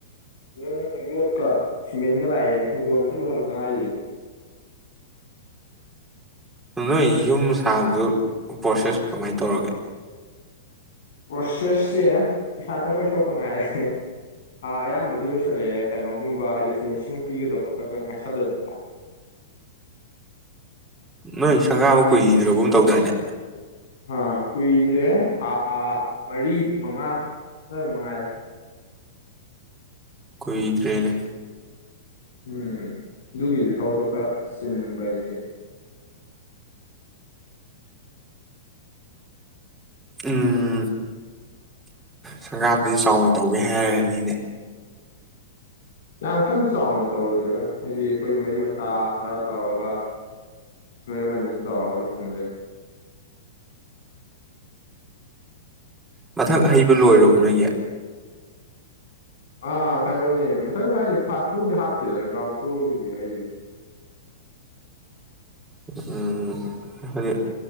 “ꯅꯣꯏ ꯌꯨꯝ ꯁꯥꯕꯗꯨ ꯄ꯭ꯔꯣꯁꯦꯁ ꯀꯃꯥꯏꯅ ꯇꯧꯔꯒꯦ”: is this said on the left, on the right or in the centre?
Centre